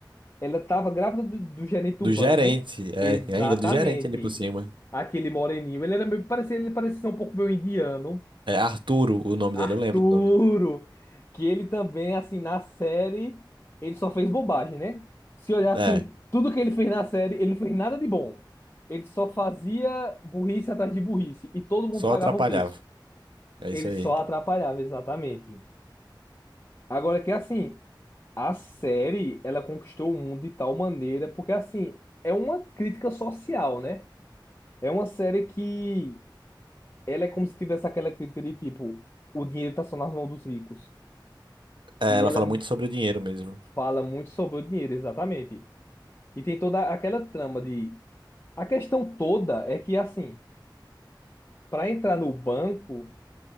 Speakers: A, on the left; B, on the right.
A: Ela tava grávida do, do gerente do
B: Do
A: banco.
B: gerente, é,
A: Exatamente.
B: e ainda do gerente ali por cima.
A: Aquele moreninho. Ele era meio, parecia, ele parecia ser um pouco meio indiano.
B: É Arturo o nome
A: Arturo,
B: dele, eu lembro do nome.
A: que ele também, assim, na série, ele só fez bobagem, né? Se olhar assim,
B: É,
A: tudo que ele fez na série, ele não fez nada de bom. Ele só fazia burrice atrás de burrice e todo mundo
B: só
A: pagava
B: atrapalhava.
A: o preço.
B: É
A: Ele
B: isso aí.
A: só atrapalhava, exatamente. Agora que assim, a série, ela conquistou o mundo de tal maneira, porque assim, é uma crítica social, né? É uma série que ela é como se tivesse aquela crítica de tipo, o dinheiro tá só nas mãos dos ricos.
B: É,
A: E
B: ela
A: ela
B: fala
A: é
B: muito sobre o dinheiro mesmo.
A: Fala muito sobre o dinheiro, exatamente. E tem toda aquela trama de. A questão toda é que, assim, para entrar no banco